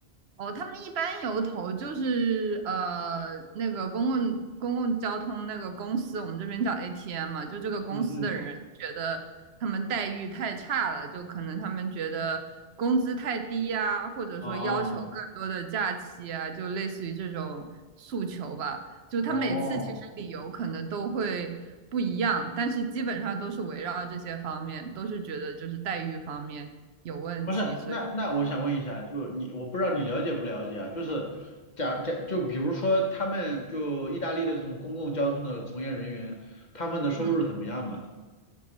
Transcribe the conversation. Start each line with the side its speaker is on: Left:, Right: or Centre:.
Right: 哦，他们一般由头就是呃那个公共公共交通那个公司，我们这边叫 ATM 嘛，就这个公司的人觉得他们待遇太差了，
Left: 嗯嗯，
Right: 就可能他们觉得工资太低呀，或者说要求更多的假期啊，
Left: 哦
Right: 就类似于这种诉求吧。就他每次其实理由可能都会不一样，
Left: 哦，
Right: 但是基本上都是围绕这些方面，都是觉得就是待遇方面有问题，
Left: 不是，
Right: 所以。
Left: 那那我想问一下，就你，我不知道你了解不了解啊？就是假假，就比如说他们就意大利的这种公共交通的从业人员，他们的收入怎么样嘛？
Right: 嗯。